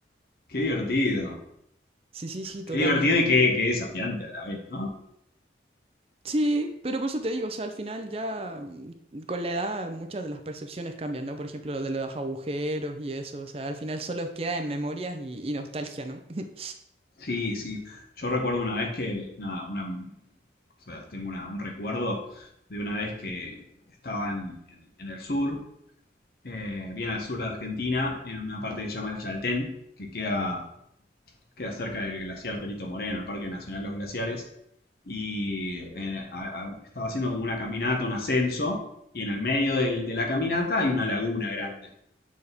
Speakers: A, on the left (about 55°); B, on the right (about 30°).
A: Qué divertido.
B: Sí, sí, sí,
A: Qué
B: totalmente.
A: divertido y qué, qué desafiante a la vez, ¿no?
B: Sí, pero por eso te digo, o sea, al final ya mm, con la edad muchas de las percepciones cambian, ¿no? Por ejemplo, lo de los agujeros y eso, o sea, al final solo queda en memorias y, y nostalgia, ¿no? <laughs>
A: Sí, sí. Yo recuerdo una vez que, nada, una, o sea, tengo una- un recuerdo de una vez que estaba en, en- en el sur, eh, bien al sur de Argentina, en una parte que se llama el Chaltén, que queda, queda cerca del glaciar Perito Moreno, el Parque Nacional Los Glaciares, y eh, a- a- estaba haciendo como una caminata, un ascenso, y en el medio del- de la caminata hay una laguna grande.